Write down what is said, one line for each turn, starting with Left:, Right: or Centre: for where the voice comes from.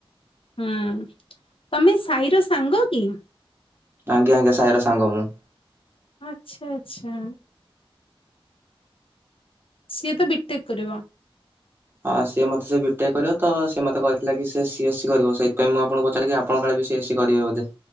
Left: ହୁଁ ତମେ ସାହିର ସାଙ୍ଗ କି-
Right: ଆଜ୍ଞା ଆଜ୍ଞା ସାହିର ସାଙ୍ଗ ମୁଁ-
Left: ଆଛା ଆଛା। ସିଏ ତ ବିଟେକ୍ କରିବ-
Right: ହଁ ସିଏ ମତେ ସେ ବିଏ କରିବ ତ ସ ସେ ମତେ କହିଥିଲା କି ସେ ସିଏସ୍ ସି କରିବ ସେଥିପାଇଁ ମୁଁ ଆପଣଙ୍କୁ ପଚାରିଲି ଆପଙ୍କ କାଳେ ବି ସିଏସ୍ ସି କରିବ ବୋଧେ-